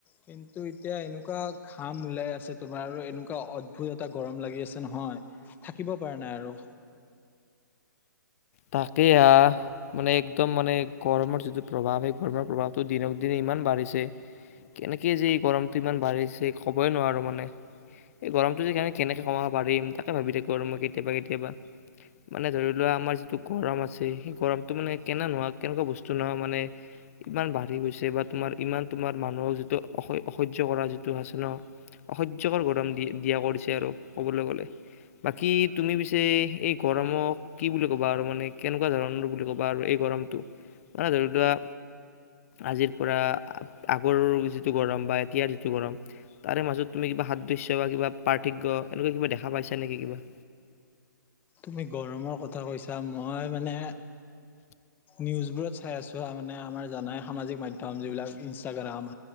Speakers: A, on the left (about 15°); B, on the left (about 45°).
A: কিন্তু এতিয়া এনেকুৱা ঘাম ওলাই আছে তোমাৰ আৰু এনেকুৱা অদ্ভুত এটা গৰম লাগি আছে নহয়। থাকিব পৰা নাই আৰু।
B: তাকে আহ। মানে একদম মানে গৰমৰ যিটো প্ৰভাৱ সেই গৰমৰ প্ৰভাৱটো দিনক দিনে ইমান বাঢ়িছে। কেনেকৈ যে এই গৰমটো ইমান বাঢ়িছে ক'বই নোৱাৰোঁ মানে। গৰমটো যদি কাৰণ কেনেকৈ কমাব পাৰিম তাকে ভাবি থাকোঁ আৰু মই কেতিয়াবা কেতিয়াবা। মানে ধৰি লোৱা আমাৰ যিটো গৰম আছে সেই গৰমটো মানে কেনে নোহোৱা কেনেকুৱা বস্তু নোহোৱা মানে ইমান বাঢ়ি গৈছে বা তোমাৰ ইমান তোমাৰ মানুহক যিটো অসহ্য কৰা যিটো আছে ন। অসহ্যকৰ গৰম দি দিয়া কৰিছে আৰু কবলৈ গলে। বাকী তুমি পিছে এই গৰমক, কি বুলি ক'বা আ মান কেনেকুৱা ধৰণৰ বুলি ক'বা আৰু এই গৰমটো, মানে ধৰি লোৱা আজিৰ পৰা আগৰ যিটো গৰম বা এতিয়াৰ যিটো গৰম তাৰে মাজত তুমি কিবা সাদৃশ্য বা কিবা পাৰ্থক্য এনেকুৱা কিবা দেখা পাইা নেকি কিবা?
A: তুমি গৰমৰ কথা কৈছা, মই মানে নিউজ বোৰত চাই আছো, মানে আমাৰ জানাই সামাজিক মাধ্যম যিবিলাক ইনষ্টাগ্ৰাম